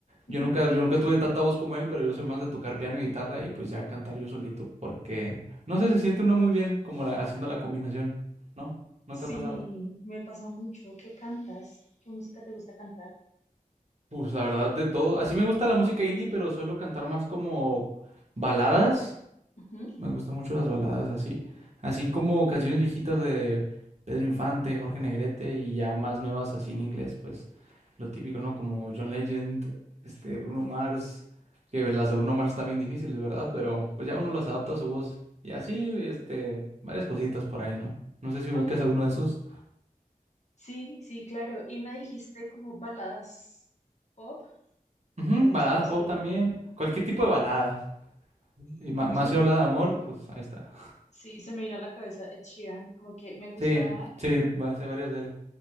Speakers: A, on the left; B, on the right.
A: ujú.
B: Yo nunca, yo nunca tuve tanta voz como él, pero yo soy más de tocar piano y guitarra y pues ya cantar yo solito, porque no sé, se siente uno muy bien como la- haciendo la combinación, ¿no? ¿No
A: Sí,
B: te ha pasado?
A: me pasa mucho. ¿Qué cantas? ¿Qué música te gusta cantar?
B: Pues la verdad de todo, así me gusta la música indie, pero suelo cantar más como baladas.
A: Ujú,
B: Me gustan mucho las baladas así, así como canciones viejitas de Pedro Infante, Jorge Negrete y ya más nuevas así en inglés, pues lo típico, ¿no? Como John Legend, este Bruno Mars, que las de Bruno Mars están bien difíciles, ¿verdad? Pero pues ya uno las adapta a su voz y así, este, varias cositas por ahí, ¿no? No sé si ubicas
A: Ok,
B: alguno de esos.
A: sí, sí, claro. Y me dijiste como baladas pop.
B: Ujú,
A: Bueno,
B: baladas
A: estabas
B: pop
A: hablando.
B: también, cualquier tipo de balada. Y
A: mm,
B: ma- más
A: se m-
B: si habla de amor, pues ahí está.
A: sí, se me vino a la cabeza Ed Sheeran, como que me gusta
B: Sí, sí, va a ser varias de él.